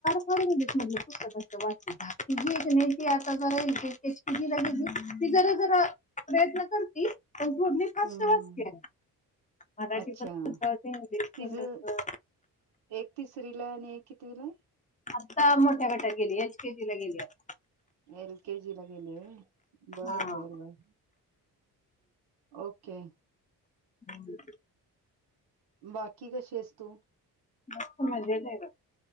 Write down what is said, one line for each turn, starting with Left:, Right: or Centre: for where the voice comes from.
Left: खू सत्य की ज एक नी आताची लगे ज प्रय कर दो
Right: हम्म
Left: पा
Right: हम्म
Left: मराठी
Right: अच्छा
Left: पद् इंग्लिश
Right: तिझं
Left: प
Right: एक तिसरी ला आणि एक त्रीला
Left: आत्ता मोठ्या गटात गेली एच केजी ला गेली आता
Right: एल केजी ला गेले बर
Left: हा
Right: बर बर ओके
Left: हम्
Right: बाकी कशीस तू?
Left: ब मजच ना.